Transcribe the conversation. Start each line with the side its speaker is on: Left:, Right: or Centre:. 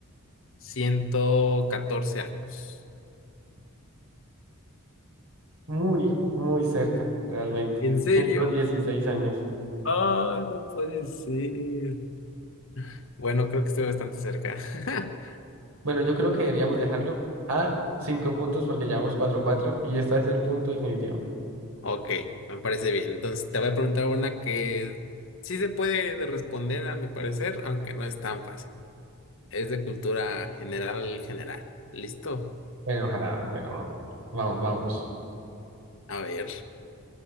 Left: 114 años.
Right: Muy, muy cerca, realmente.
Left: ¿En serio?
Right: Ciento dieciséis años.
Left: Ah, no puede ser. Bueno, creo que estoy bastante cerca. <laughs>
Right: Bueno, yo creo que deberíamos dejarlo a cinco puntos porque llevamos cuatro cuatro y este es el punto definitivo.
Left: Ok, me parece bien. Entonces te voy a preguntar una que sí se puede de responder a mi parecer, aunque no es tan fácil. Es de cultura general, general. ¿Listo?
Right: Bueno, ojalá, bueno, vamos, vamos.
Left: A ver.